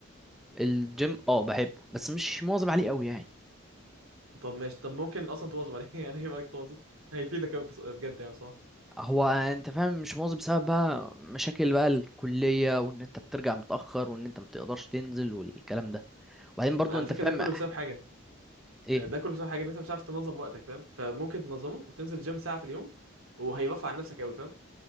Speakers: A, in the centre; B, on the right (about 85°).
A: الجيم اه بحبه بس مش مواظب عليه قوي يعني
B: طب ماشي طب ممكن اصلا تواظب عليه <laughs> يعني ايه رايك تواظب هيفيدك أوي بص- بجد يعني بصراحة
A: هو انت فاهم مش مواظب بسبب بقى مشاكل بقى الكلية وان انت بترجع متأخر وان انت متقدرش تنزل والكلام ده وبعدين برضو
B: على
A: انت
B: فكرة
A: فاهم
B: ده كله بسبب حاجة
A: ايه
B: ده كله بسبب حاجة ان انت مش عارف تنظم وقتك فاهم فممكن تنظمه وتنزل جيم ساعة في اليوم وهيرفع عن نفسك قوي فاهم